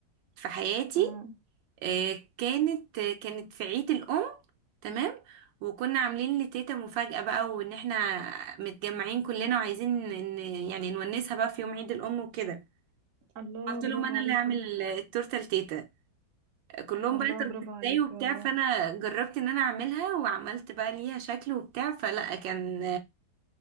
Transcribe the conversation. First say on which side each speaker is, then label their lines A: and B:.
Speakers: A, on the right; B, on the right.
A: في حياتي
B: امم
A: آه، كانت آه، كانت في عيد الام تمام وكنا عاملين لتيتا مفاجاه بقى وان احنا متجمعين كلنا وعايزين ان يعني نونسها بقى في يوم عيد الام وكده
B: الله
A: قلت
B: برافو
A: لهم انا
B: عليك
A: اللي هعمل
B: والله
A: التورته لتيتا كلهم
B: الله
A: بقى طب
B: برافو
A: ازاي
B: عليك
A: وبتاع
B: والله
A: فانا جربت ان انا اعملها وعملت بقى ليها شكل وبتاع فلا كان